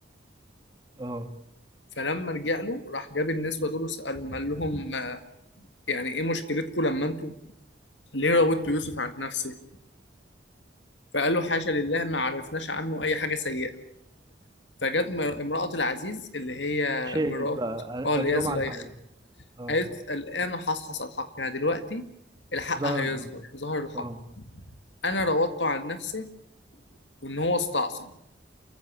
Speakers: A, on the right (about 20°); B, on the left (about 75°).
A: اه
B: فلما رجع له راح جاب النسوه دول وسالهم قال لهم يعني ايه مشكلتكم لما انتوا ليه راودت يوسف عن نفسه فقال له حاشا لله ما عرفناش عنه اي حاجه سيئه فجت م- امراه العزيز اللي هي
A: شافت
B: مرات
A: بقى
B: اه
A: قالت
B: اللي هي
A: لهم
B: زليخه
A: على الحقيقة اه
B: قالت الان حصحص الحق يعني دلوقتي الحق
A: ظهرت
B: هيظهر
A: بقى
B: ظهر الحق
A: اه
B: انا راودته عن نفسه وان هو استعصم